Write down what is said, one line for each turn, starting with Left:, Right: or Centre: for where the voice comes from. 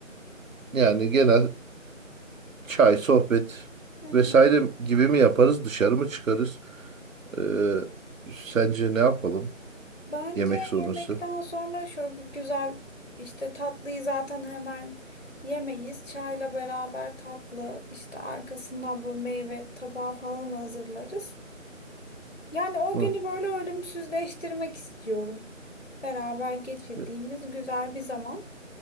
Right: yani genel çay, sohbet
Left: Hı hı.
Right: vesaire gibi mi yaparız? Dışarı mı çıkarız? Ee, sence ne yapalım
Left: Bence
Right: yemek sonrası?
Left: yemekten sonra şöyle bir güzel işte tatlıyı zaten hemen yemeyiz. Çayla beraber tatlı işte arkasından böyle meyve tabağı falan hazırlarız. Yani o
Right: Hı.
Left: günü böyle ölümsüzleştirmek istiyorum. beraber geçirdiğimiz
Right: E,
Left: güzel bir zaman.